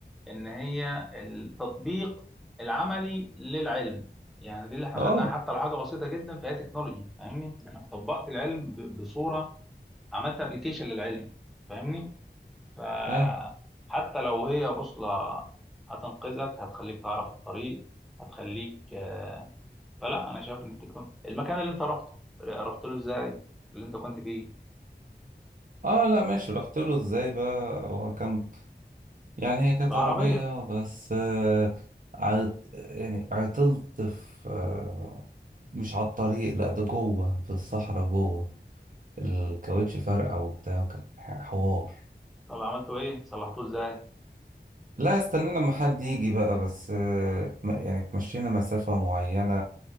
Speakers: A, in the centre; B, on the right.
A: ان هي التطبيق العملي للعلم يعني دي اللي احنا
B: اه
A: خدناها حتى لو حاجه بسيطه جدا فهي تكنولوجي فاهمني انا طبقت العلم ب- بصوره عملت ابلكيشن للعلم فاهمني فحتى
B: فاهم
A: لو هي بوصله هتنقذك هتخليك تعرف الطريق هتخليك آه، فلا انا شايف ان التكنولوجيا المكان اللي انت رحته رحت له ازاي اللي انت كنت فيه
B: اه لا ماشي رحت له ازاي بقى هو كان يعني هي كانت
A: بعربيه
B: عربية بس آه عط... يعني عطلت في آه مش على الطريق لا ده جوه في الصحراء جوه الكاوتش فرقع وبتاع وكان ح- حوار
A: طب عملته ايه صلحته ازاي
B: لا استنينا لما حد يجي بقى بس آه اتم- يعني اتمشينا مسافة معينة